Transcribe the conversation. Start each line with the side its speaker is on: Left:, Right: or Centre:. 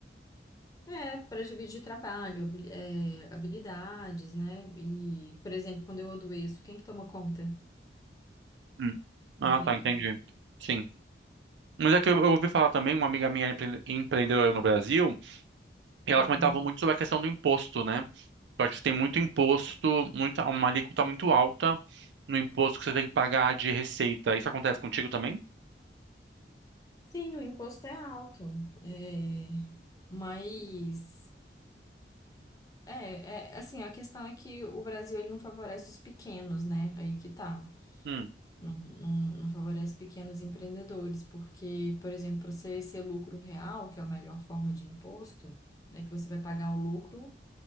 Left: É, para dividir trabalho, habili- é, habilidades, né? E, por exemplo, quando eu adoeço, quem que toma conta?
Right: Hum.
Left: Entende?
Right: Ah, tá, entendi. Sim. Mas é que eu, eu ouvi falar também, uma amiga minha é empre- empreendedora no Brasil, E ela
Left: Uhum.
Right: comentava muito sobre a questão do imposto, né? Eu acho que tem muito imposto, muita, uma alíquota muito alta no imposto que você tem que pagar de receita. Isso acontece contigo também?
Left: Sim, o imposto é alto, é, mas é, é assim, a questão é que o Brasil ele não favorece os pequenos, né? Aí que tá.
Right: Hum,
Left: Não, não, não favorece pequenos empreendedores, porque, por exemplo, para você ser lucro real, que é a melhor forma de imposto, né? Que você vai pagar o lucro,